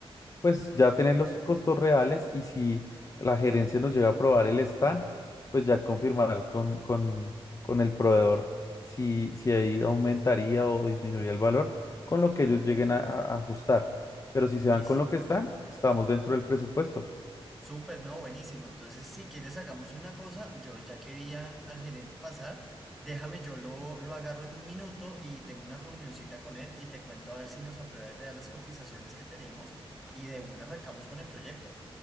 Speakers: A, on the left (about 35°); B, in the centre.
A: Pues ya tener los costos reales y si la gerencia nos llega a aprobar el stand, pues ya confirmar con, con, con el proveedor si, si ahí aumentaría o disminuiría el valor con lo que ellos lleguen a, a ajustar. Pero si se
B: Listo.
A: van con lo que están, estamos dentro del presupuesto.
B: Súper, no, buenísimo. Entonces, si quieres, hagamos una cosa. Yo, ya que vi al, al gerente pasar, déjame, yo lo, lo agarro en un minuto y tengo una reunioncita con él y te cuento a ver si nos aprueba ya las cotizaciones que tenemos y de una arrancamos con el proyecto.